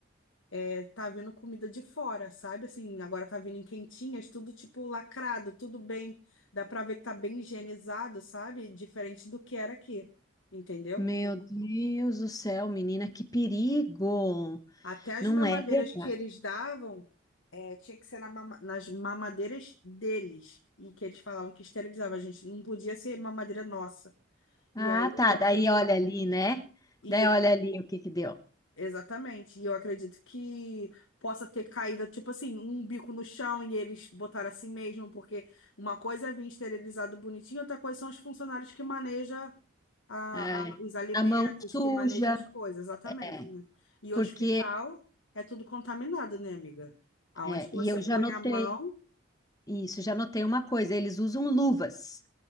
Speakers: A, on the left; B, on the left.
A: é, tá vindo comida de fora, sabe? Assim, agora tá vindo em quentinhas, tudo tipo lacrado, tudo bem, dá pra ver que tá bem higienizado, sabe? Diferente do que era aqui, entendeu?
B: Meu Deus do céu, menina, que perigo!
A: Até as
B: Não
A: mamadeiras
B: é verdade.
A: que eles davam, eh, tinha que ser na mama- nas mamadeiras deles. E que eles falavam que esterilizava a gente. Não podia ser mamadeira nossa.
B: Ah,
A: E aí,
B: tá.
A: a-
B: Daí olha ali, né?
A: e
B: Daí olha ali o que que deu.
A: Exatamente. E eu acredito que possa ter caído, tipo assim, um bico no chão e eles botaram assim mesmo, porque uma coisa é vir esterilizado bonitinho, outra coisa são os funcionários que manejam a,
B: É,
A: a- os alimentos,
B: a mão suja,
A: que manejam as coisas, exatamente,
B: é,
A: né? E
B: porque
A: hospital é tudo contaminado, né, amiga? Aonde
B: é,
A: que
B: e
A: você
B: eu
A: põe
B: já notei
A: a mão,
B: isso, já notei uma coisa, eles usam luvas,